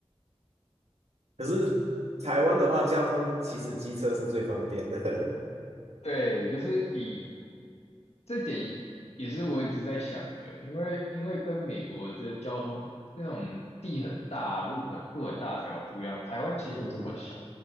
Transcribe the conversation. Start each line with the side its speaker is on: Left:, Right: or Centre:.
Right: 可是台湾的话，交通其实机车是最方便的。
Left: 对，就是以这点也是我一直在想的，因为因为跟美国的交通那种地很大、路很路很大条不一样，台湾其实就这么小，
Right: <laughs> 嗯，